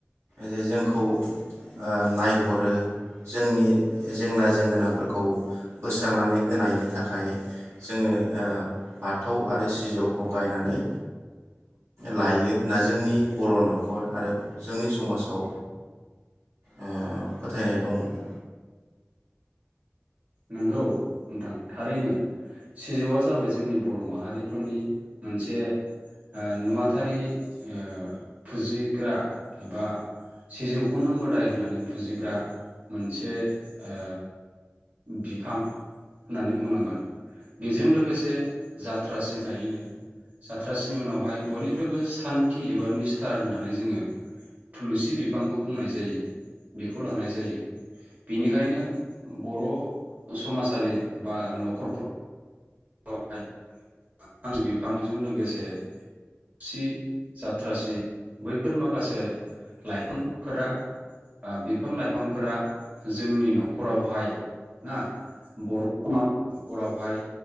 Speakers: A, on the right; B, on the right.
A: जे जोंखौ ओ नायहरो जोंनि जेंना जेंगोनांफोरखौ बोस्रांनानै होनायनि थाखाय जोङो ओ बाथौ आरो सिजौखौ गायनानै लायो होनना जोंनि बर' न'खर आरो जोंनि समाजाव ओ फोथायनाय दं होनना
B: नंगौ नोंथां थारैनो सिजौआ जाबाय जोंनि बर' माहारिफोरनि मोन <unintelligible> ओ नुवाथारि ओ फुजिग्रा एबा सिजौखौनो मोदाय होनानै फुजिग्रा मोनसे ओ बिफां होननानै बुंनांगोन बेजों लोगोसे जाथ्रासि थायोनो जाथ्रासि बेवहाय बयनिफ्रायबो सान्थि एबा निस्थार होननानै जोङो थुलुसि बिफांखौ बुंनाय जायो बेखौ लानाय जायो बेनिखायनो बर' समाजारि बा न'खर <inaudible> बिफांजों लोगोसे सि जाथ्रासि बैफोर माखासे लाइफांफोरा ओ बिफां लाइफांफोरा जोंनि न'खरावहाय ना बर' समाजनि न'खरावहाय